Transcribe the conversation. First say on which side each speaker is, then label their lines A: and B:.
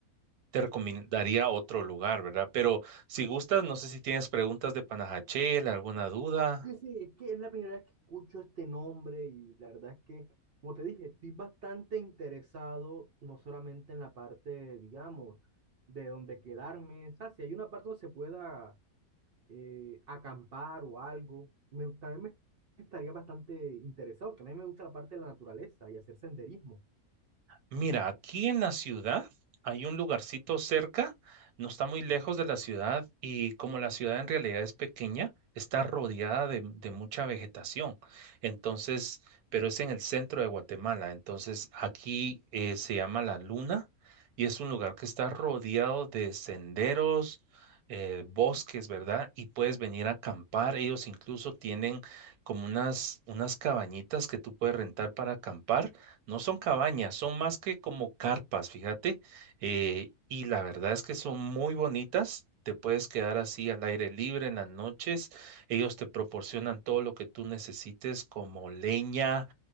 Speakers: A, on the right; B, on the right.
A: te recomendaría otro lugar, ¿verdad? Pero si gustas, no sé si tienes preguntas de Panajachel, alguna duda.
B: Sí, sí, es que es la primera vez que escucho este nombre y la verdad es que, como te dije, estoy bastante interesado no solamente en la parte, digamos, de donde quedarme, o sea, si hay una parte donde se pueda eh, acampar o algo, me- también me estaría bastante interesado, que a mí me gusta la parte de la naturaleza y hacer senderismo.
A: Mira, aquí en la ciudad hay un lugarcito cerca, no está muy lejos de la ciudad y como la ciudad en realidad es pequeña, está rodeada de, de mucha vegetación. Entonces, pero es en el centro de Guatemala. Entonces, aquí eh, se llama La Luna y es un lugar que está rodeado de senderos, eh, bosques, ¿verdad? Y puedes venir a acampar. Ellos incluso tienen como unas, unas cabañitas que tú puedes rentar para acampar no son cabañas, son más que como carpas, fíjate. eh, y la verdad es que son muy bonitas. Te puedes quedar así al aire libre en las noches. Ellos te proporcionan todo lo que tú necesites, como leña,